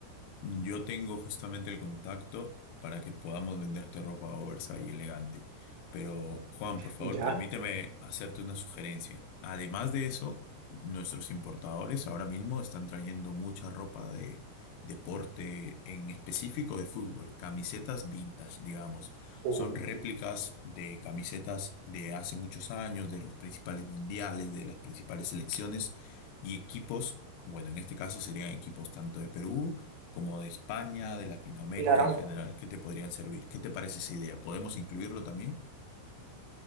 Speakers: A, on the left; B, on the right.
A: Mm, Yo tengo justamente el contacto para que podamos venderte ropa oversize y elegante. Pero, Juan, por favor,
B: Ya,
A: permíteme hacerte una sugerencia. Además de eso, nuestros importadores ahora mismo están trayendo mucha ropa de deporte, en específico de fútbol, camisetas vintage, digamos.
B: eh,
A: Son réplicas de camisetas de hace muchos años, de los principales mundiales, de las principales selecciones y equipos bueno, en este caso serían equipos tanto de Perú como de España, de Latinoamérica
B: claro.
A: en general, que te podrían servir. ¿Qué te parece esa idea? ¿Podemos incluirlo también?